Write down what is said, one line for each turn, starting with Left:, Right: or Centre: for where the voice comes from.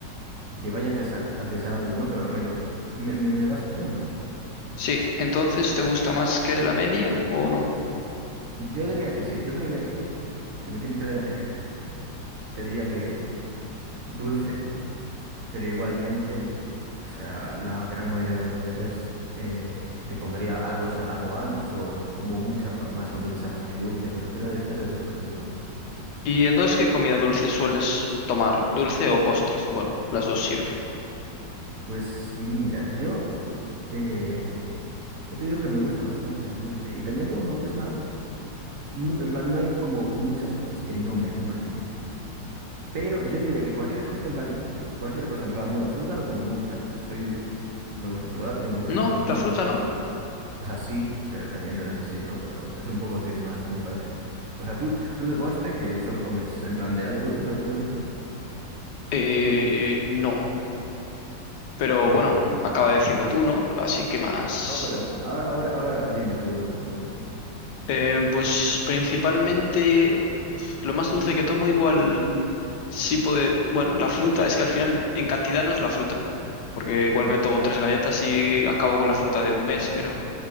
Right: que vaya antes al- de salado, ¿no? Pero rollo, ¿me, me, me vas pillando?
Left: Sí, entonces ¿te gusta más que la media o no?
Right: Yo diría que sí, yo creo que si me tienes que dar a elegir, te diría que dulce. Pero igualmente, o sea, la gran mayoría de las veces eh, te comería algo salado antes o como mucha más comida salada que dulce, pero al final e- eso es lo que te digo, ¿no?
Left: ¿Y entonces qué comida dulce sueles tomar? ¿Dulce o postres? Bueno, las dos sirve.
Right: Pues mira, yo, eh, yo te digo que me gusta bastante el dulce y también como me gustan, mu- en plan, no hay como muchas cosas que no me gusten, pero yo te diría que cualquier cosa, en plan, cualquier cosa, en plan, bueno, fruta no como mucha, soy, me gusta chocolate, me gusta,
Left: No,
Right: no
Left: la fruta
Right: sé.
Left: no.
Right: O sea, sí, pero- evidentemente sí, ¿no? Pero es un poco sin más, me parece. O sea, tú, tú de postre que solo comes, en plan de algo dulce, solo comes fruta.
Left: Eh, no, pero
Right: ¿Y qué
Left: bueno,
Right: comes tú de
Left: acaba
Right: dulce?
Left: de decirme tú, ¿no? Así que más.
Right: No, pero ahora, ahora, ahora dime tú de dulce entonces.
Left: Eh, pues principalmente lo más dulce que tomo igual sí puede... Bueno, la fruta es que al final en cantidad no es la fruta, porque igual
Right: Mm.
Left: me tomo tres galletas y acabo con la fruta de un mes, pero